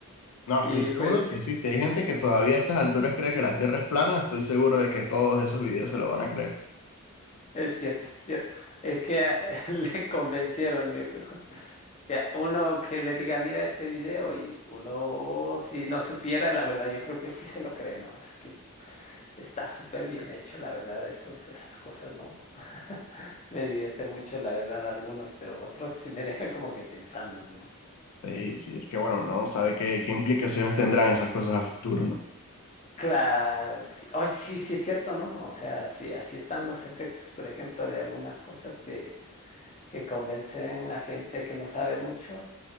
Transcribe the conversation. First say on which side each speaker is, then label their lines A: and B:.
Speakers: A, on the left; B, on the left.
A: No, estoy
B: Y
A: seguro
B: pues
A: de que sí. Si hay gente que todavía a estas alturas cree que la Tierra es plana, estoy seguro de que todos esos videos se lo van a creer.
B: es cierto, es cierto, es que eh, <laughs> le convencieron, digo. Ya, uno que le diga, mira este video y uno, si no supiera, la verdad, yo creo que sí se lo cree, ¿no? Es que está súper bien hecho, la verdad, esos, esas cosas, ¿no? Me divierte mucho, la verdad, algunos, pero otros sí me dejan como que pensando, ¿no?
A: Sí, sí. Es que bueno, uno no sabe qué, qué implicaciones tendrán esas cosas a futuro, ¿no?
B: Claro, sí, Oye, sí, sí es cierto, ¿no? O sea, sí, así están los efectos, por ejemplo, de algunas cosas que, que convencen a gente que no sabe mucho.